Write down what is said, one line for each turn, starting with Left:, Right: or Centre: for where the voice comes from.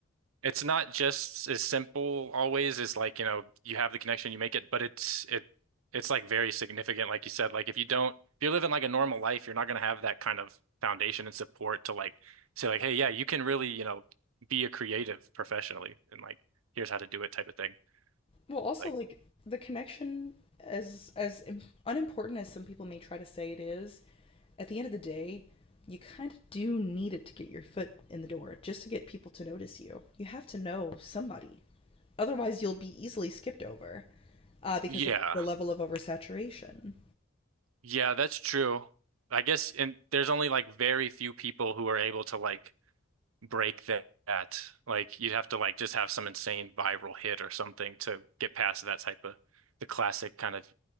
Right: It's not just as simple always as like, you know, you have the connection, you make it, but it's it it's like very significant, like you said. Like if you don't if you're living like a normal life, you're not gonna have that kind of foundation and support to like say like, hey, yeah, you can really, you know, be a creative professionally and like here's how to do it type of thing.
Left: Well, also
Right: Like,
Left: like the connection, as as im- unimportant as some people may try to say it is, at the end of the day, you kind of do need it to get your foot in the door, just to get people to notice you. You have to know somebody, otherwise you'll be easily skipped over, uh, because
Right: yeah.
Left: of the level of oversaturation.
Right: Yeah, that's true. I guess and there's only like very few people who are able to like break that, Like you'd have to like just have some insane viral hit or something to get past that type of the classic kind of